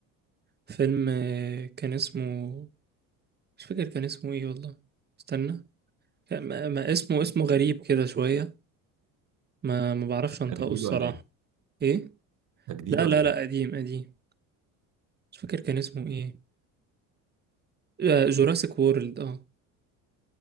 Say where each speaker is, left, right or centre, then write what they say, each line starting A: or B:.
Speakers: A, on the right (about 25°); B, on the right (about 50°).
A: فيلم آه، كان اسمه مش فاكر كان اسمه ايه والله استنى كان- ما ما اسمه اسمه غريب كده شوية ما ما بعرفش انطقه
B: تجديد
A: الصراحة
B: ولا ايه
A: ايه
B: تجديد
A: لا
B: ولا
A: لا لا
B: ايه
A: قديم قديم مش فاكر كان اسمه ايه آه، جوراسيك وورلد اه